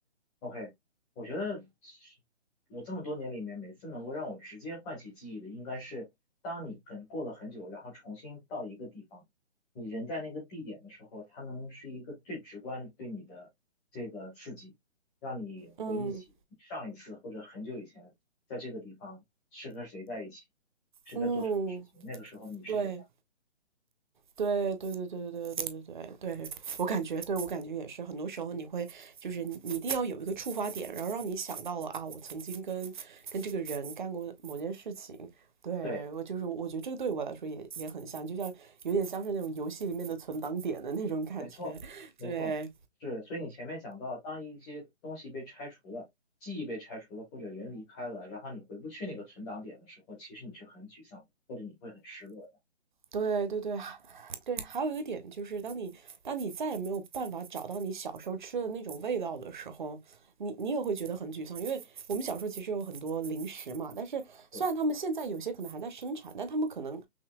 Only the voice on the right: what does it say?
嗯
嗯，
对，对对对对对对对对对对，我感觉，对我感觉也是，很多时候你会就是你你一定要有一个触发点，然后让你想到了啊，我曾经跟跟这个人干过某件事情。对我就是，
我觉得这个对我来说也也很像，就像有点像是那种游戏里面的存档点的那种感觉。
对
对对对，对，还有一个点就是，当你当你再也没有办法找到你小时候吃的那种味道的时候，你你也会觉得很沮丧，因为我们小时候其实有很多零食嘛，但是虽然他们现在有些可能还在生产，
但他们可能